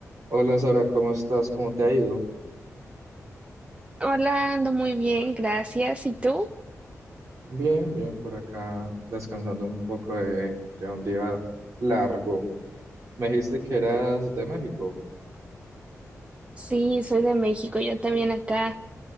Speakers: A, on the right; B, on the right.
A: Hola Sara, ¿cómo estás? ¿Cómo te ha ido?
B: Hola, ando muy bien, gracias. ¿Y tú?
A: Bien, bien, por acá descansando un poco de, de un día largo. Me dijiste que eras de México.
B: Sí, soy de México. Yo también acá